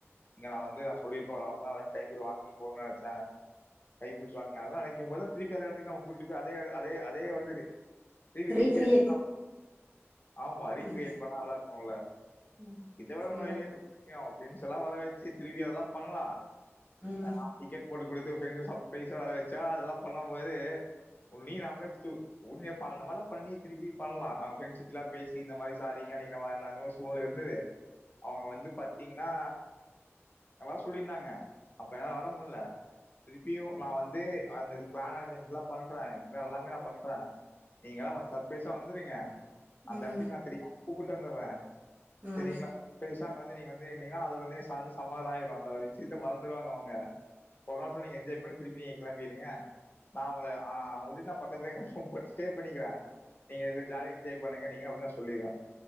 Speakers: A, on the left; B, on the right.
A: இங்க நா வந்து அ சொல்லிருக்கோ ஒரு ஆஃப்னவராவ்து டைம் குட வாக்கிங் போணு நெனச்ச கைப்புடிச்சு வாக்கிங் அதெல்லா நெனைக்கும் போது திருப்பி அந்த எடத் துக்கு நம்ம கூட்டுப் போய் அதே எட் அதே அ தே வந்து து திரும்பி
B: ரீக்ரியேட்
A: ரீ க்ரியேட் <inaudible> ஆமா ரீ
B: ம்
A: க்ரியேட் பண்ணா நல்லாருக் குல்ல
B: ம்
A: இத விட
B: சரிதா
A: இன்னு ஐடியா இருக்குங்க ஃப்ரெண்ட்ஸ் எல்லா வர வச்சு திருப்பி அதெல்லா பண்ணலா
B: ம்
A: அ <inaudible> போட்டு குடுத்து ஃபிரெண்ட்ஸ சர்ப்ரைஸா வர வச்சா அதெல்லா பண்ணும் போது ஒன் நீ நம்பளே தூ உண்மையே இப்ப அந்த மாரிலா பண்ணி திருப்பி பண்லா அவ ஃப்ரெண்ட்கிட்டலா பேசி இந்த மாரி சாரீங்க அன்னக்கி நா வரல அந்த மாரி சூழ்நில இருந்துது அவங்க வந்து பாத்தீங்கன்னா வர சொல்லியிருந்தாங்க அப்ப என்னால வர முடில திருப்பியு நா வந்து அந்த இது பிளான் அரேஞ்ச்மெண்ட்லா பண்ற இது எல்லாமே நா பண்றே நீங்க எல்லா வ சர்ப்பிரைஸா வந்துருங்க
B: ம்
A: அந்த எடத்துக்கு நா தி கூப்புட்டு வந்துட்ற
B: ம்
A: சேரிங்களா ஃபிரெண்ட்ஸா வந்து நீங்க வந்து நின்னீங்கனா அது வந்து சந் சமாதனம் ஆயிரு அந்த விஷயத்த மறந்துடுவாங்க அவங்க ஒருநாள் ஃபுள் நீங்க என்ஜாய் பண்ட்டு திருப்பி கிளம்பிடுங்க நா அவங்கள ஆ அவங்கள்ட்டயு நா பக்கத்துலே சும்மா ஸ்டே பண்ணிக்கிறா நீங்க இதுல ஜாலியா என்ஜாய் பண்ணுங்க நீங்க அப்டின்னு நா சொல்லிடுவே